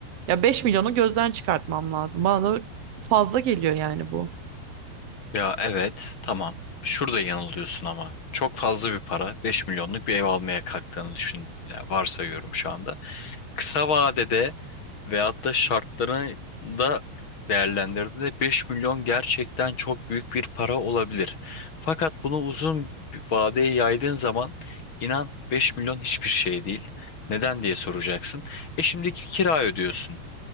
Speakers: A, on the right (about 45°); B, on the left (about 45°).
A: ya beş milyonu gözden çıkartmam lazım. Bana da fazla geliyor yani bu.
B: Ya evet tamam. Şurada yanılıyorsun ama. Çok fazla bir para. beş milyonluk bir ev almaya kalktığını düşün. Ya varsayıyorum şu anda. Kısa vadede veyahut da şartlarını da değerlendirdiğinde 5 milyon gerçekten çok büyük bir para olabilir. Fakat bunu uzun bir vadeye yaydığın zaman inan 5 milyon hiçbir şey değil. Neden diye soracaksın. E şimdiki kira ödüyorsun.